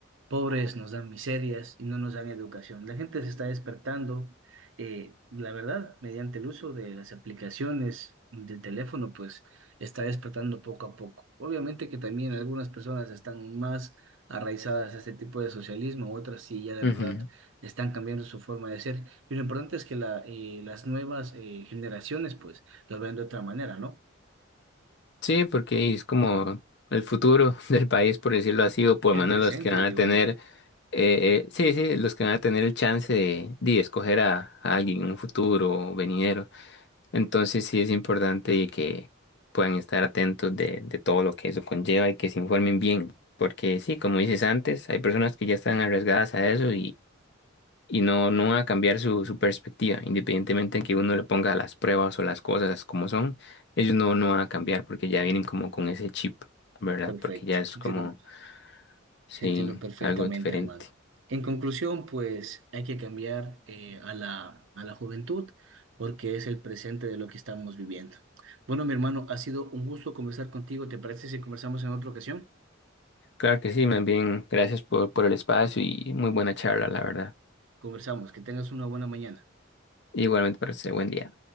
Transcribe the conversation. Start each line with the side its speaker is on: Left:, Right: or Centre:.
Right: pobres, nos dan miserias y no nos dan educación. La gente se está despertando, eh, la verdad, mediante el uso de las aplicaciones del teléfono, pues está despertando poco a poco. Obviamente que también algunas personas están más arraizadas a este tipo de socialismo, otras sí, ya la
Left: Ujú.
Right: verdad están cambiando su forma de ser. Y lo importante es que la, eh, las nuevas eh, generaciones, pues, lo ven de otra manera, ¿no?
Left: Sí, porque es como el futuro <laughs> del país, por decirlo así, o por
Right: El
Left: lo menos
Right: presente,
Left: los que van
Right: digo
Left: a tener,
Right: yo.
Left: eh, eh, sí, sí, los que van a tener el chance de, de escoger a, a alguien en un futuro o venidero. Entonces sí es importante y que puedan estar atentos de, de todo lo que eso conlleva y que se informen bien, porque sí, como dices antes, hay personas que ya están arriesgadas a eso y no, no va a cambiar su, su perspectiva, independientemente de que uno le ponga las pruebas o las cosas como son, ellos no, no van a cambiar porque ya vienen como con ese chip, ¿verdad?
Right: Perfecto,
Left: Porque ya es
Right: te
Left: como,
Right: entiendo,
Left: sí,
Right: te entiendo perfectamente,
Left: algo diferente.
Right: hermano. En conclusión, pues, hay que cambiar eh, a la, a la juventud porque es el presente de lo que estamos viviendo. Bueno, mi hermano, ha sido un gusto conversar contigo. ¿Te parece si conversamos en otra ocasión?
Left: Claro que sí, más bien, gracias por, por el espacio y muy buena charla, la verdad.
Right: Conversamos. Que tengas una buena mañana.
Left: Igualmente, para usted, buen día.